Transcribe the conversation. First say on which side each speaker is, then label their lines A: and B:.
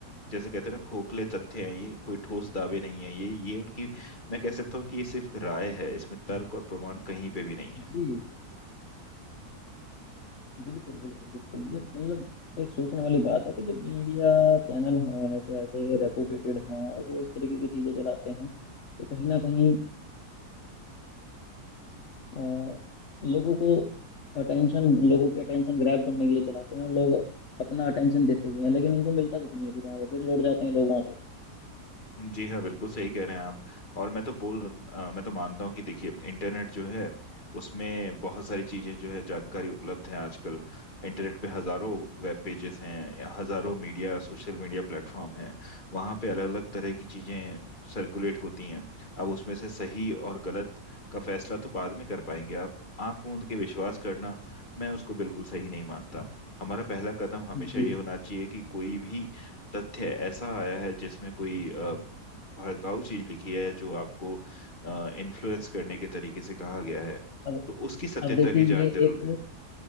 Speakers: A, on the left; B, on the left.
A: जैसे कहते हैं ना खोखले तथ्य हैं ये कोई ठोस दावे नहीं है ये ये उनकी मैं कह सकता हूँ कि ये सिर्फ राय है इसमें तर्क और प्रमाण कहीं पे भी नहीं है
B: जी बिल्कुल बिल्कुल बिल्कुल ये मतलब एक सोचने वाली बात है कि जो मीडिया चैनल हैं ऐसे ऐसे रेपुटेटेड हैं और वो इस तरीके की चीज़ें चलाते हैं तो कहीं ना कहीं अ, लोगों को अटेंशन लोगों के अटेंशन ग्रैब करने के लिए चलाते हैं और लोग अपना अटेंशन देते भी हैं लेकिन उनको मिलता कुछ नहीं है फिर वहाँ पे फिर लौट जाते हैं लोग वहाँ से
A: जी हाँ बिल्कुल सही कह रहे हैं आप और मैं तो बोल अ, मैं तो मानता हूँ कि देखिए इंटरनेट जो है उसमें बहुत सारी चीजें जो है जानकारी उपलब्ध है आजकल इंटरनेट पे हजारों वेब पेजेस हैं हजारों मीडिया सोशल मीडिया प्लेटफॉर्म हैं वहाँ पे अलग अलग तरह की चीजें सर्कुलेट होती हैं अब उसमें से सही और गलत का फैसला तो बाद में कर पाएंगे आप आंख मूंद के विश्वास करना मैं उसको बिल्कुल सही नहीं मानता हमारा पहला कदम हमेशा
B: जी
A: ये होना चाहिए कि कोई भी तथ्य ऐसा आया है जिसमें कोई भड़काऊ चीज लिखी है जो आपको इन्फ्लुएंस करने के तरीके से कहा गया है
B: अब
A: तो उसकी सत्यता
B: अब देखिए
A: की जान
B: ये
A: जरूर
B: एक
A: है